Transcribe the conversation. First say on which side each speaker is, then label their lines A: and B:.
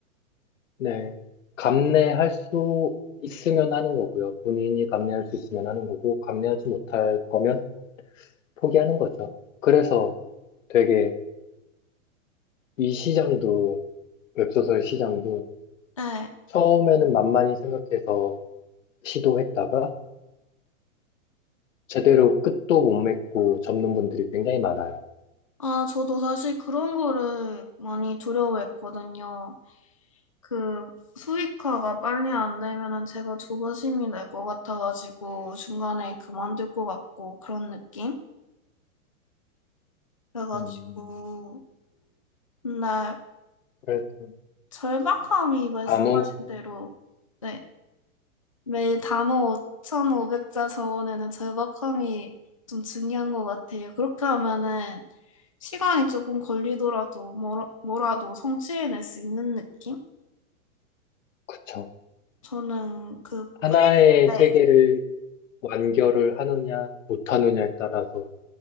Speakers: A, on the left (about 65°); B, on the left (about 25°).
A: 네. 감내할 수 있으면 하는 거고요. 본인이 감내할 수 있으면 하는 거고, 감내하지 못할 거면 포기하는 거죠. 그래서 되게 이 시장도, 웹소설 시장도
B: 네.
A: 처음에는 만만히 생각해서 시도했다가 제대로 끝도 못 맺고 접는 분들이 굉장히 많아요.
B: 아, 저도 사실 그런 거를 많이 두려워했거든요. 그 수익화가 빨리 안 되면은 제가 조바심이 날 것 같아가지고 중간에 그만둘 것 같고 그런 느낌? 그래가지고
A: 음,
B: 근데
A: 그래도
B: 절박함이 말씀하신
A: 아무,
B: 대로 네, 매일 단어 5,500자 적어내는 절박함이 좀 중요한 것 같아요. 그렇게 하면은 시간이 조금 걸리더라도 뭐라, 뭐라도 성취해낼 수 있는 느낌?
A: 그쵸.
B: 저는 그
A: 하나의
B: 프리랜서에
A: 세계를 완결을 하느냐, 못하느냐에 따라서